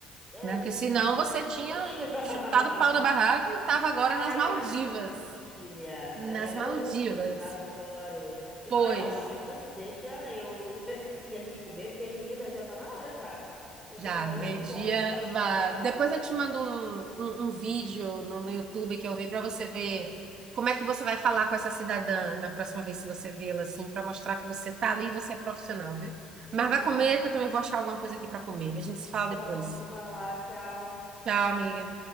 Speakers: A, in the centre; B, on the right.
A: É
B: Né?
A: isso.
B: Porque senão você tinha
A: Oxe! <laughs>
B: chutado o pau da barraca e estava agora
A: Sai,
B: nas Maldivas.
A: minha filha. É,
B: Nas Maldivas.
A: oh, Deus, adoro. E
B: Pois.
A: falar em Maldivas, deixa eu <laughs> ir aqui comer, porque, menina, já tá na hora já. Já
B: Já,
A: tô morrendo
B: meio-dia,
A: de fome aqui
B: vá.
A: já.
B: Depois eu te mando um, um, um vídeo no, no YouTube que eu vi para você ver como é que você
A: Uhum.
B: vai falar com essa cidadã na próxima vez que você vê-la, assim, para mostrar que você tá ali e você é profissional, viu?
A: Uhum.
B: Mas vai comer, que eu também vou achar alguma coisa aqui para comer. A gente se fala
A: Pronto,
B: depois.
A: vai lá, tchau.
B: Tchau, amiga.